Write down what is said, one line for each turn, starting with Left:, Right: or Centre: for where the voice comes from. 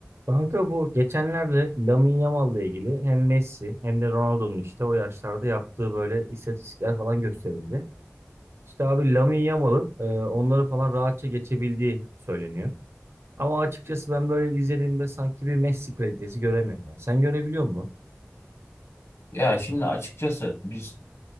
Right: Kanka bu geçenlerde Lamine Yamal'la ilgili hem Messi hem de Ronaldo'nun işte o yaşlarda yaptığı böyle istatistikler falan gösterildi. İşte abi Lamine Yamal'ın e, onları falan rahatça geçebildiği söyleniyor. Ama açıkçası ben böyle izlediğimde sanki bir Messi kalitesi göremiyorum ben. Sen görebiliyor musun?
Left: Ya şimdi açıkçası biz